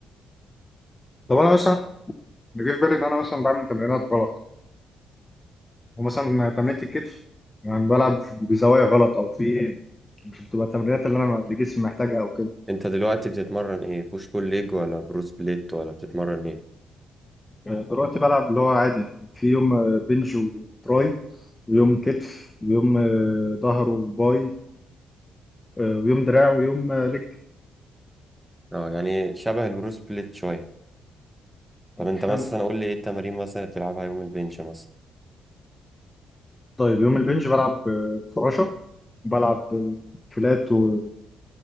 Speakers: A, on the left; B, in the centre.
A: طب انا مثلا اللي جه في بالي ان انا مثلا بعمل تمرينات غلط ومثلا تمرينه الكتف يعني بلعب بزوايا غلط او في مش بتبقى التمرينات اللي انا اللي جسمي محتاجها او كده
B: أنت دلوقتي بتتمرن إيه بوش بول ليج ولا بروس بليت ولا بتتمرن إيه
A: يعني دلوقتي بلعب اللي هو عادي يعني في يوم آه، بنج وتراي ويوم كتف ويوم آه، ظهر وباي آه، ويوم دراع ويوم آه، لج
B: اه يعني شبه البروس بليت شوية
A: يعني
B: طب انت
A: مش فاهم
B: مثلا قول لي ايه التمارين مثلا اللي بتلعبها يوم البنش مثلا
A: طيب يوم البنج بلعب آه، فراشة بلعب آه، فلات و-